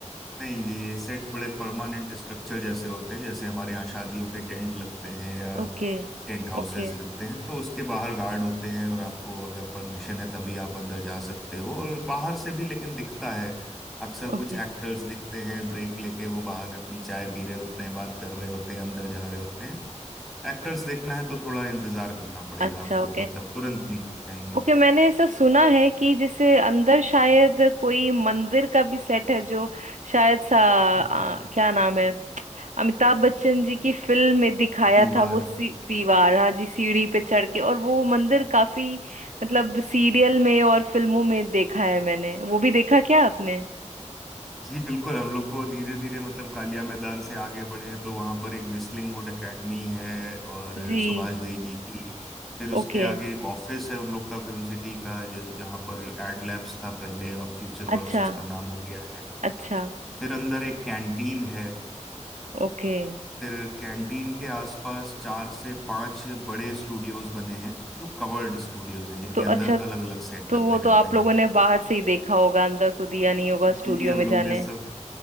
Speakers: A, in the centre; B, on the right.
A: नहीं जी ये सेट बड़े परमानेंट स्ट्रक्चर जैसे होते हैं जैसे हमारे यहाँ शादियों के टेंट लगते हैं या
B: ओके
A: टेंट हाउसेस
B: ओके
A: रखते हैं तो उसके बाहर गार्ड होते हैं और आपको अगर परमिशन है तभी आप अंदर जा सकते हो और बाहर से भी लेकिन दिखता है अक्सर कुछ
B: ओके
A: एक्टर्स दिखते हैं ब्रेक लेके वो बाहर अपनी चाय पी रहे होते हैं बात कर रहे होते हैं अंदर जा रहे होते हैं एक्टर्स देखना है तो थोड़ा इंतजार करना पड़ेगा
B: अच्छा
A: आपको
B: ओके
A: मतलब तुरंत नहीं दिख जाएंगे
B: ओके मैंने ऐसा सुना है कि जैसे अंदर शायद कोई मंदिर का भी सेट है जो शायद सा आ,
A: <laughs>
B: क्या नाम है अमिताभ बच्चन जी की फिल्म में दिखाया
A: दीवार
B: था वो सी, दीवार हाँ जी सीढ़ी पे चढ़ के और वो मंदिर काफी मतलब सीरियल में और फिल्मों में देखा है मैंने वो भी देखा क्या आपने
A: जी बिल्कुल हम लोग को धीरे धीरे मतलब कालिया मैदान से आगे बढ़े तो वहां पर एक विस्लिंग वुड एकेडमी है और
B: जी
A: सुभाष घई जी की फिर उसके
B: ओके
A: आगे एक ऑफिस है उन लोग का फिल्म सिटी का जो जहाँ पर एड लैब्स था पहले अब फ्यूचर
B: अच्छा
A: वर्क्स उसका नाम हो गया है
B: अच्छा
A: फिर अंदर एक कैंटीन है
B: ओके
A: फिर कैंटीन के आसपास चार से पांच बड़े स्टूडियोज बने हैं जो कवर्ड स्टूडियोज हैं जिनके
B: तो अच्छा
A: अंदर अलग अलग सेट
B: तो
A: लगते
B: वो तो
A: रहते
B: आप
A: हैं
B: लोगों ने बाहर से ही देखा होगा अंदर तो दिया नहीं होगा स्टूडियो
A: जी हम
B: में
A: लोग
B: जाने
A: ने सब